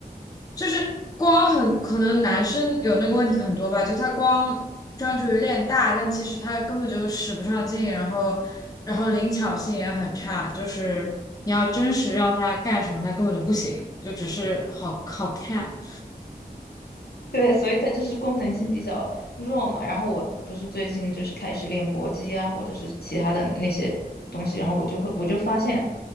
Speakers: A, on the left; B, on the left.
A: 就是光很可能男生有那个问题很多吧，就他光专注于练大，但其实他根本就使不上劲，然后然后灵巧性也很差，就是你要真实让他干什么，他根本就不行，就只是好好看。
B: 对，所以它就是功能性比较弱嘛。然后我不是最近就是开始练搏击啊，或者是其他的那些东西，然后我就会我就发现，